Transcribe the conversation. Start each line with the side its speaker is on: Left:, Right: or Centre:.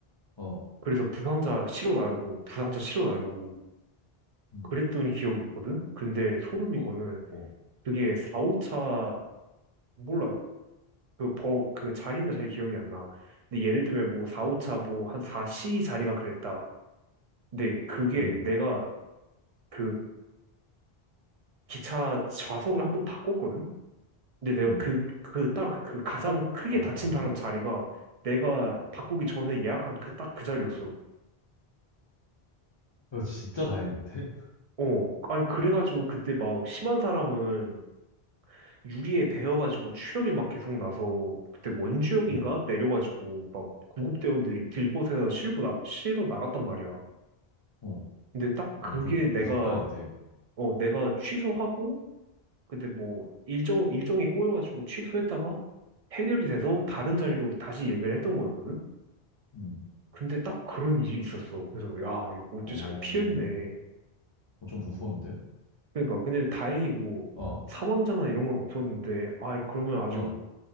Left: 어,
Right: 그래서 부상자 실어 나르고 부상자 실어 나르고
Left: 음,
Right: 그랬더니 기억이 있거든. 근데 소름인
Left: 오,
Right: 거는
Left: 오,
Right: 그게 4, 오차 몰라. 그 버, 그 자리는 잘 기억이 안 나. 근데 예를 들면 뭐 4, 오차 뭐 한 4C 자리가 그랬다. 근데 그게
Left: 음,
Right: 내가 그 기차 좌석을 한번 바꿨거든? 근데 내가
Left: 음,
Right: 그, 그 딱 그 가장
Left: 오,
Right: 크게
Left: 오.
Right: 다친 사람 자리가 내가 바꾸기 전에 예약한 그 딱 그 자리였어.
Left: 이거 진짜 다행인데?
Right: 어, 아니, 그래가지고 그때 막 심한 사람은 유리에 베어가지고 출혈이 막 계속 나서 그때 원주역인가
Left: 음,
Right: 내려가지고 막 구급대원들이 들곳에서 실고 나, 실어 나갔단 말이야.
Left: 어,
Right: 근데 딱 그게
Left: 어, 좀
Right: 내가,
Left: 무섭다, 근데.
Right: 어, 내가 취소하고 근데 뭐 일정 일정이 꼬여가지고 취소했다가 해결이 돼서 다른 자리로 다시 예매를 했던 거였거든.
Left: 음,
Right: 근데 딱 그런 일이 있었어. 그래서 야, 이거 어째
Left: 어,
Right: 잘 피했네.
Left: 어, 좀 무서운데?
Right: 그러니까 근데 다행히 뭐
Left: 어,
Right: 사망자나 이런 건 없었는데 아 그러면 아주
Left: 어,